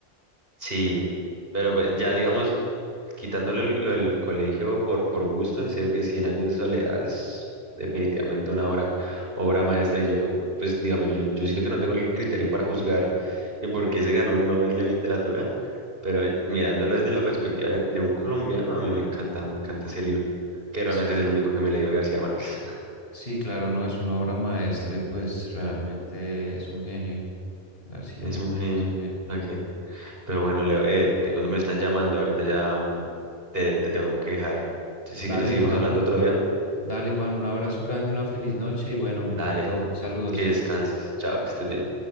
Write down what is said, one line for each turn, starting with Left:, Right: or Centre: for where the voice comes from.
Right: sí, pero pues, ya digamos, quitándole el- lo del colegio por, por gusto, en serio que cien años de soledad es definitivamente una obra, obra maestra. Y yo, pues digamos, yo, yo siento que no tengo el criterio para juzgar y por qué se ganó un Nobel de literatura, pero mirándolo desde la perspectiva de, de un colombiano, a mí me encanta, me encanta ese libro, que realmente
Left: Sí,
Right: es el único que me he leído de García Márquez. <laughs>
Left: sí, claro, no es una obra maestra y pues realmente es un genio. García
Right: Es
Left: Márquez
Right: un genio.
Left: es un genio.
Right: ¿pa' qué? Pero bueno, Leo, eh, te- cuando me están llamando ahorita ya mm, te, te tengo que dejar. Si
Left: Dale,
Right: quieres seguimos
Left: Juan,
Right: hablando otro día,
Left: dale, Juan, un abrazo grande, una feliz noche y bueno, me
Right: dale.
Left: encantó. Saludos.
Right: Que descanses. Chao, que estés bien.